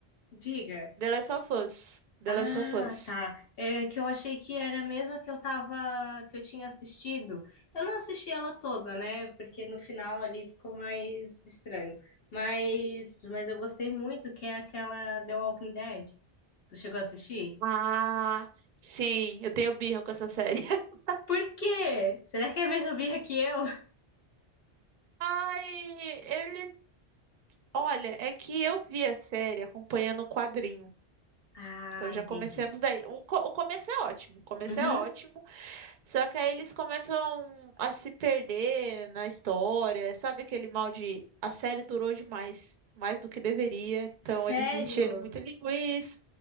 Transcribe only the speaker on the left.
Diga.
Ah,
tá. É que eu achei que era a mesma que eu tava, que eu tinha assistido. Eu não assisti ela toda, né? Porque no final ali ficou mais estranho. Mas, mas eu gostei muito, que é aquela The Walking Dead. Tu chegou a assistir?
Por quê? Será que é a mesma <laughs> birra que eu?
Ah,
entendi.
Uhum.
Sério?